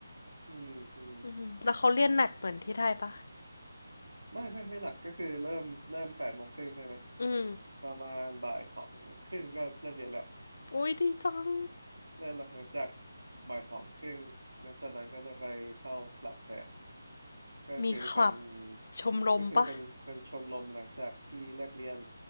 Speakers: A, on the right; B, on the left.
A: อืมอืม
B: อืมแล้วเขาเรียนแนดเหมือนที่ไทยปะ
A: ไม่ไม่ไม่หนักก็คือเริ่มเริ่มแปดโมงครึ่งใช่ไหม
B: อืม
A: ประมาณบ่ายสองครึ่งก็เลิกเรียนแล้ว
B: อุ้ยดีจัง
A: เลิกหลังจากบ่ายสองครึ่งหลังจากนั้นก็จะไปเข้าคลับแทน ก็คือเป็น
B: มีคลับชมรมปะ
A: ก็คือเป็นเป็นชมรมหลังจากที่เลิกเรียน